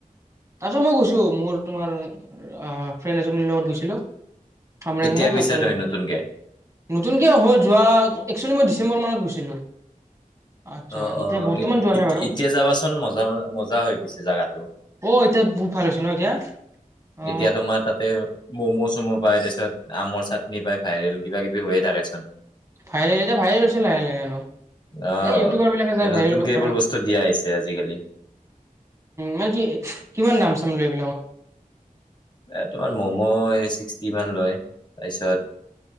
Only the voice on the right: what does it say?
তাৰ পিছত মই গৈছো মোৰ তোমাৰ ফ্ৰেণ্ড এজনীৰ লগত গৈছিলো। খামৰেংগা
তাতে
নতুনকে হল যোৱা একচু মই ডিচেম্বৰ মানত গৈছিলো। আচ্ছা
এতিয়া
বৰ্তমান যোৱা নাই বাৰু
অ এতিয়া বহুত ভাল হৈছে ন এতিয়া। অ
ভৰেল এতিয়া ভাইৰেল হৈছে লাহে লাহে আৰু
এই ইউটিউবাৰ বিলাকে যাই
ভাইৰেল প উ
মানে কি কিমান দাম চাম লৈ <inaudible>